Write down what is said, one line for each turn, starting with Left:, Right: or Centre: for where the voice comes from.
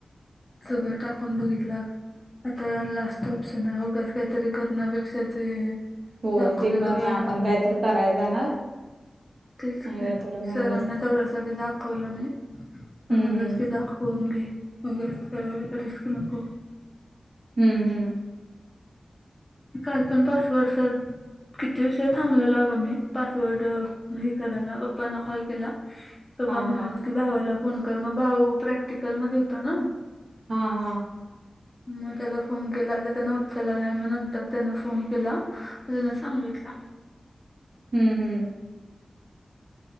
Left: सगळं टाकून बघितल. आता लास्ट ऑप्शन आहे उगाच काहीतरी करण्यापेक्षा ते.
Right: होय
Left: दाखवलेलं
Right: ते पण
Left: बरं
Right: आहे आपण काय तर करायला जाणार.
Left: तेच
Right: आणि कायतरी
Left: की
Right: होऊन
Left: सरांना
Right: बसत
Left: तेवढ्या साठी दाखवलं नाही सर
Right: हम्म
Left: म्हणलच
Right: हम्म
Left: की दाखव फोन घे उगाच का रिस्क नको.
Right: हम्म हम्म.
Left: काही पण पासवर्ड सांग. किती उशीर थांबलेलो अगं मी पासवर्ड नाही करायला पप्पाना कॉल केला. पप्पा
Right: हा
Left: म्हणलंत
Right: हा
Left: की भावाला फोन कर मग भाऊ प्रॅक्टिकलमध्ये होता ना.
Right: हा-हा.
Left: मग त्याला फोन केला तर त्यान उतरला नाही मग नंतर त्यान फोन केला. त्यान सांगितलं.
Right: हम्म-हम्म.